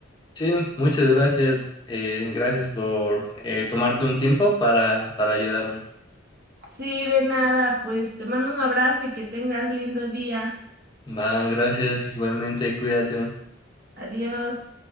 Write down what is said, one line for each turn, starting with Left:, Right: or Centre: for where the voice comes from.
Left: Sí, muchas gracias. Eh, gracias por eh, tomarte un tiempo para, para ayudarme.
Right: Sí, de nada, pues te mando un abrazo y que tengas lindo día.
Left: Va, gracias. Igualmente, cuídate.
Right: Adiós.